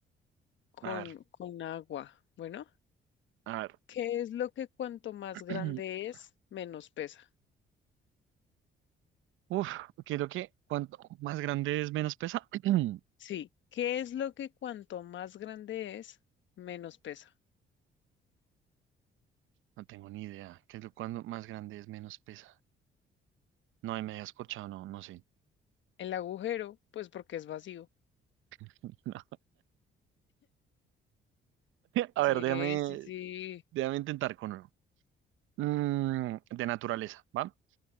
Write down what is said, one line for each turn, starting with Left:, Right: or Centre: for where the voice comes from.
Left: con,
Right: A ver,
Left: con agua. Bueno,
Right: a ver.
Left: ¿qué es lo que cuanto más
Right: <clears throat>
Left: grande es, menos pesa?
Right: Uf, creo que cuanto más grande es, menos pesa. <clears throat>
Left: Sí, ¿qué es lo que cuanto más grande es, menos pesa?
Right: No tengo ni idea. ¿Qué es lo cuando más grande es, menos pesa? No, ahí me había escorchado, no, no sé.
Left: El agujero, pues porque es vacío.
Right: <laughs> No. A
Left: Sí,
Right: ver, déjame,
Left: sí, sí.
Right: déjame intentar con uno. Mm, de naturaleza, ¿va?